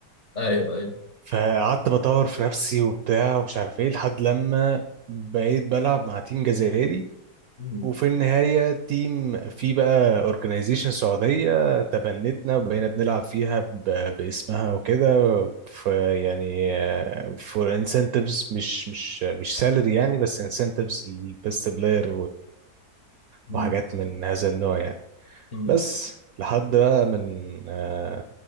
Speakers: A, on the left (about 45°); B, on the right (about 75°).
A: ايوه ايوه
B: فقعدت بطور في نفسي وبتاع ومش عارف ايه لحد لما بقيت بلعب مع تيم جزائري
A: مم.
B: وفي النهاية تيم في بقى اورجنايزيشن سعودية تبنتنا وبقينا بنلعب فيها ب- باسمها وكده فيعني فور انسنتفز مش مش مش سالري يعني بس انسنتفز للبيست بلاير
A: مم.
B: وحاجات من هذا النوع يعني
A: مم.
B: بس لحد بقى من آه،